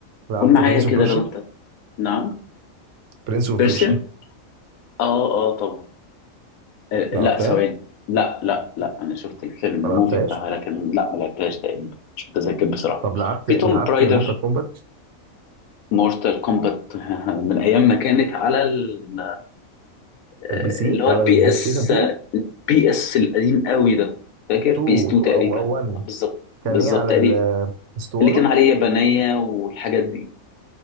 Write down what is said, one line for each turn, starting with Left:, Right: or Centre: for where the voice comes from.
Right: لعبت
Left: قول معايا
Right: برنس
Left: كده
Right: اوف بيرشا
Left: لو انت نعم
Right: برنس اوف
Left: بيرسيا
Right: بيرشا
Left: اه اه طبعا آه،
Right: لعبتها
Left: لا ثواني لا لا لا انا شفت الفيلم الموفي
Right: ما لعبتهاش
Left: بتاعها لكن لا ما لعبتهاش تقريبا مش متذكر بصراحه
Right: طب لعبت
Left: في توم
Right: لعبت
Left: برايدر
Right: مورتال كومبات
Left: مورتال كومبات <laughs> من ايام ما كانت على ال- آه،
Right: البي سي
Left: اللي هو
Right: على
Left: البي
Right: البلاي
Left: اس
Right: ستيشن 2
Left: بي اس القديم قوي ده فاكر
Right: 2
Left: بي اس 2 تقريبا
Right: او او 1
Left: بالظبط
Right: كان
Left: بالظبط
Right: ايه على
Left: تقريبا
Right: الاسطوانه
Left: اللي كان عليه يابانيه والحاجات دي